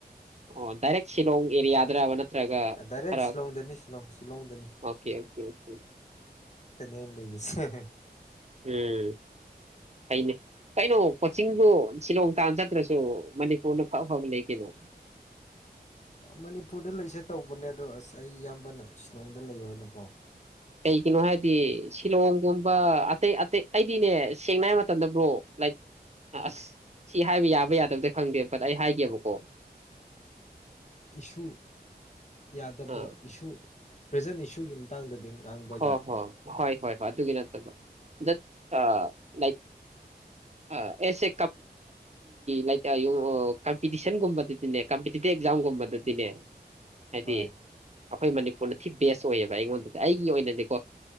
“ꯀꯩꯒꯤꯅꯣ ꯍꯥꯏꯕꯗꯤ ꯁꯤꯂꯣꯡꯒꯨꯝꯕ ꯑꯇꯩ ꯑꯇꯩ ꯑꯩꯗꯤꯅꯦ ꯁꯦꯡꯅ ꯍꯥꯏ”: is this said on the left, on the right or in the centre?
Right